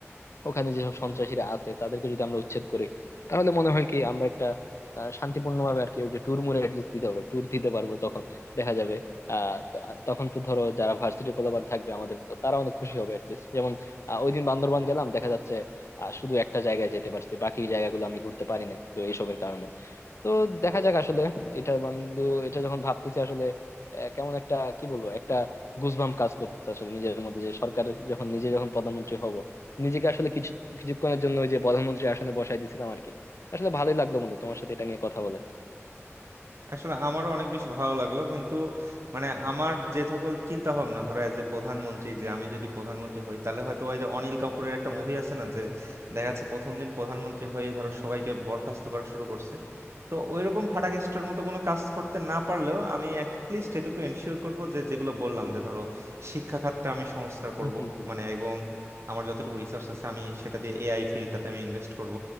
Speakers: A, on the left; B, on the right.
A: ওখানে যেসব সন্ত্রাসীরা আছে তাদেরকে যদি আমরা উচ্ছেদ করি তাহলে মনে হয় কি আমরা একটা আহ, শান্তিপূর্ণভাবে আর কি ওই যে ট্যুর মুড়ে অ্যাটলিস্ট দিতে পারবো ট্যুর দিতে পারবো তখন দেখা যাবে আহ ত- তখন তো ধরো যারা ভার্সিটির পোলাপান থাকবে আমাদের মতো তারা অনেক খুশি হবে অ্যাটলিস্ট যেমন আহ, ওই দিন বান্দরবান গেলাম দেখা যাচ্ছে আহ, শুধু একটা জায়গায় যেতে পারছি বাকি জায়গাগুলো আমি ঘুরতে পারি নাই তো এইসবের কারণে তো দেখা যাক আসলে এটা বন্ধু এটা যখন ভাবতেছি আসলে আহ, কেমন একটা কি বলবো একটা গুজবাম কাজ করতেছে আসলে নিজের মধ্যে যে সরকার যখন নিজে যখন প্রধানমন্ত্রী হব নিজেকে আসলে কিছু কিছুক্ষণের জন্য ওই যে প্রধানমন্ত্রী আসনে বসাই দিছিলাম আর কি আসলে ভালোই লাগলো বন্ধু তোমার সাথে এটা নিয়ে কথা বলে
B: আসলে আমারও অনেক বেশি ভালো লাগলো কিন্তু মানে আমার যে সকল চিন্তা ভাবনা ধরো এজ এ প্রধানমন্ত্রী যে আমি যদি প্রধানমন্ত্রী হই তাহলে হয়তো ওই যে অনিল কাপুরের একটা মুভি আছে না যে দেখা যাচ্ছে প্রথম দিন প্রধানমন্ত্রী হয়ে ধরো সবাইকে বরখাস্ত করা শুরু করছে তো ওইরকম ফাটাকেস্টের মতো কোনো কাজ করতে না পারলেও আমি অ্যাটলিস্ট এটুকু এনশিওর করব যে যেগুলো বললাম যে ধরো শিক্ষা খাতটা আমি সংস্কার করব
A: হম হম হম
B: মানে এবং আমার যতটুকু রিসার্চ আছে আমি সেটা দিয়ে এআই ফিল্ডটাতে আমি ইনভেস্ট করব